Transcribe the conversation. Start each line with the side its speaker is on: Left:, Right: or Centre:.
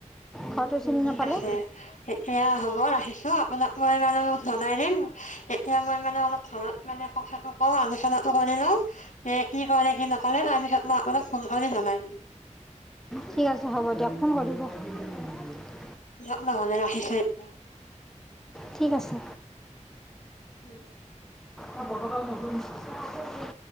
Centre: ঘৰটো চিনি
Left: ঠিক
Centre: নাপালে
Left: আছে এয়া হ'ব ৰাখিছো আপোনাক মই মানে জনাই দিম এতিয়া মই মানে অলপ ঘৰত মানে কথাটো কওঁ আলোচনাটো শ লওঁ এ কি কৰে কি নকৰে আমি মই আপোনাক ফোন কৰি জনাই দিম
Centre: ঠিক আছে হ'ব দিয়ক ফোন কৰিব <unintelligible>
Left: দিয়ক নহলে ৰাখিছোঁ এতিয়া
Centre: ঠিক আছে
Left: উম
Centre: স <unintelligible>